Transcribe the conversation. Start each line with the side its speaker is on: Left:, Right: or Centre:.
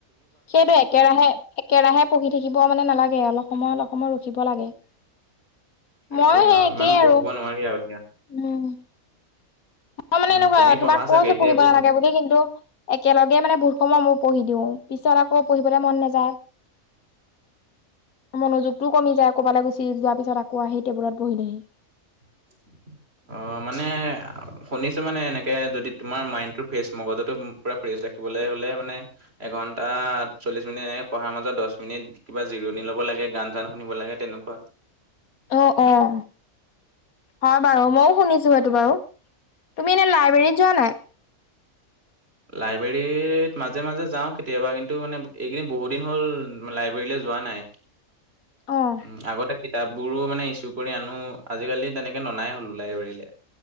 Left: সেইটো একেৰাহে, একেৰাহে পঢ়ি থাকিব মানে নালাগে অলপ সময়ত সময়ত উঠিব লাগে।
Right: সেইটোয়ে
Left: মইয়ো সেই একেই
Right: ইমান পঢ়িব
Left: আৰু উম।
Right: নোৱাৰি আৰু এতিয়া
Left: মই মানে
Right: উম
Left: এনেকুৱা
Right: তুমি
Left: তোমাক
Right: পঢ়া চাগে
Left: কৈছোঁ
Right: এতিয়াই
Left: পঢ়িব
Right: বহুত
Left: নালাগে বুলি কিন্তু একেলগে মানে বহুত সময় মোৰ পঢ়ি দিওঁ, পিছত আকৌ পঢ়িবলৈ মন নাযায়। মনোযোগতটো কমি যায় ক'ৰবালৈ গুচি যোৱা পিছত আকৌ আহি টেবুলত বহি দিওঁ।
Right: <unintelligible> অহ, মানে শুনিছোঁ মানে এনেকে যদি তোমাৰ মাইণ্ডটো ফ্ৰেছ মগজতো পুৰা ফ্ৰেছ ৰাখি ৰাখিবলৈ হ'লে মানে এঘন্টা চল্লিশ মিনি এ পঢ়াৰ মাজত দহ মিনিট কিবা জিৰণ ল'ব লাগে। লাগে, গান চান শুনিব লাগে তেনেকুৱা।
Left: অহ', অহ'। হয় বাৰু মইও শুনিছোঁ সেইটো বাৰু। তুমি এনে লাইব্ৰেৰীত যোৱা নাই।
Right: লাইব্ৰেৰীত মাজে-মাজে যাওঁ কেতিয়াবা কিন্তু মানে এইকেদিনি বহুত দিন হ'ল লাইব্ৰেৰীলৈ যোৱা নাই
Left: অ',
Right: উম, আগতে কিতাপবোৰো মানে ইচু কৰি আনো, আজিকালি তেনেকে ননাই হ'লো লাইব্ৰেৰীলে।